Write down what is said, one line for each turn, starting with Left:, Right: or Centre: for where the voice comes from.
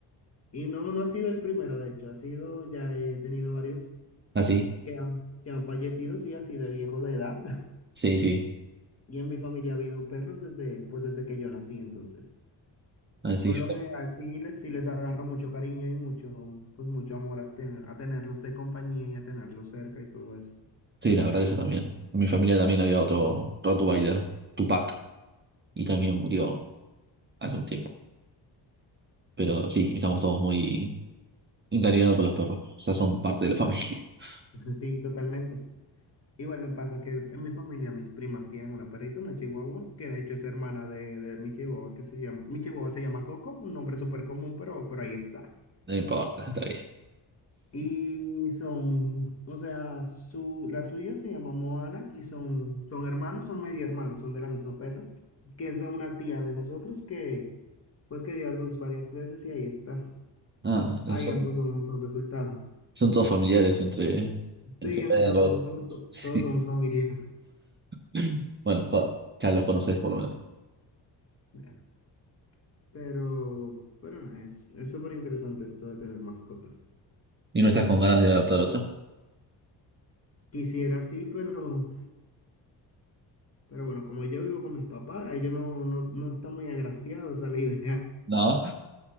Left: y no, no ha sido el primero, de hecho, ha sido, ya he tenido varios
Right: así,
Left: que han, que han fallecido, sí, así de viejo de edad, <laughs>
Right: sí, sí,
Left: y en mi familia ha habido perros desde, pues desde que yo nací, entonces.
Right: así
Left: Por
Right: yo-
Left: lo general, sí les, sí les agarro mucho cariño y mucho, pues mucho amor a tener, a tenerlos de compañía y a tenerlos cerca y todo eso.
Right: sí, la verdad que yo también. En mi familia también había otro Rottweiler, Tupac, y también murió hace un tiempo. Pero sí, estamos todos muy encariñados con los perros, o sea, son parte de la familia, <laughs>
Left: <laughs> Sí, totalmente. Igual me pasa que en mi familia mis primas tienen una perrita, una chihuahua, que de hecho es hermana de, de mi chihuahua, que se llama, mi chihuahua se llama Coco, un nombre súper común, pero, pero ahí está.
Right: no importa, está bien.
Left: Y son, o sea, su, la suya se llama Moana y son, son hermanos, son medio hermanos, son de la misma perra, que es de una tía de nosotros que, pues que dio a luz varias veces y ahí está.
Right: Ah,
Left: Ahí
Right: son
Left: ambos son, son resultados.
Right: Son todos familiares entre, entre
Left: Sí, entre
Right: perros.
Left: nosotros somos, to- todos
Right: <laughs>
Left: somos familia.
Right: Sí. Bueno, jo- ya los conoces por lo menos.
Left: <laughs> Pero, pero nada, es, es súper interesante eso de tener mascotas.
Right: ¿Y no estás con ganas de adoptar otro?
Left: Quisiera sí, pero, pero bueno, como yo vivo con mis papás, ellos no, no, no están muy agraciados a la <laughs> idea.
Right: No,